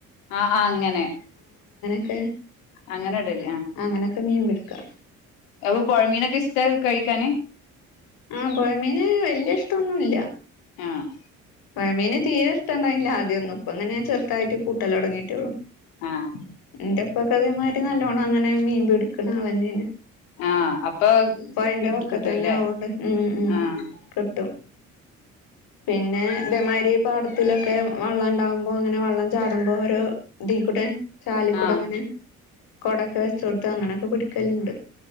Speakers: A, on the left (about 75°); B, on the left (about 60°).
A: ആഹ് ആഹ് അങ്ങനെ
B: ക്കേ
A: അങ്ങനെടൽ
B: അങ്ങനൊക്കെ മീൻ പിടുക്കാ
A: അപ്പം പൊഴമീനൊക്കെ ഇഷ്ടാ കഴിക്കാന്
B: ഉം പൊഴമീന് വല്ല്യ ഇഷ്ടൊന്നൂല്ല്യ
A: ആഹ്
B: പൊഴാമീന് തീരെ ഇഷ്ട്ടണ്ടായിന്നില്ല ആദ്യോന്നും ഇപ്പങ്ങനെ ചെറുത്തായിട്ട് കൂട്ടലൊടങ്ങിയിട്ടൊള്ളു
A: ആഹ്
B: ന്റെപ് ഇപ്പ <unintelligible> നല്ലോണങ്ങനെ മീമ്പിടിക്ക്ണ ആളെന്നേണ്
A: ആഹ് അപ്പൊ
B: പൊയന്റെ
A: കിട്ട്
B: വക്കത്തന്നെ
A: കിട്ടൂല്ലേ
B: ആവോണ്ട് ഉം ഉം
A: ആഹ്
B: കിട്ടും പിന്നെ മാരി പാടത്തിലൊക്കെ വെള്ളണ്ടാവുമ്പോ അങ്ങനെ വെള്ളം ചാടുമ്പോ ഓരോ ഇതി കൂടെ ചാലിക്കൂടങ്ങനെ
A: ആഹ്
B: കൊടൊക്കെ വെച്ചോട്ത് അങ്ങനെയൊക്കെ പിടിക്കല്ണ്ട്